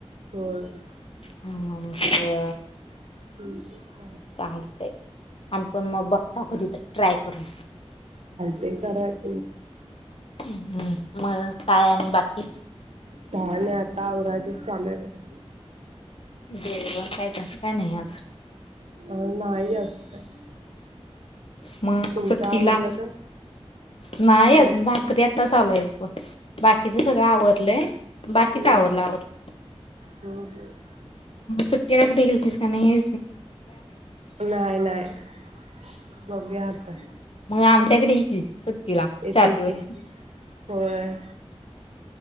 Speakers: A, on the right; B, on the left.
A: होय
B: ह अ
A: हम्म
B: चालतय आणि पण मग बघ ताकोतित ट्राय करून
A: ते करायच
B: हम्म मग काय आणि बाकी
A: काय नाही आता आवरायचंच चाललंय बघा
B: ते पण कायचं काय नाही आज
A: अ नाही जास्त काय
B: मग
A: तुमचं
B: सुट्टीला
A: आवरलं का
B: नाही
A: काय
B: अजून भाकरी आताच चालू आहेत बग बाकीच सगळं आवरलंय बाकीच
A: हम्म
B: आवरलं
A: हम्म
B: आवरल
A: हम्म हम्म
B: सुट्टीला कुठे गेलतीस काय नाही?
A: नाही नाही बघूया आता
B: मग आमच्याकडे ये की तिला
A: येतय
B: चार दिवस
A: की होय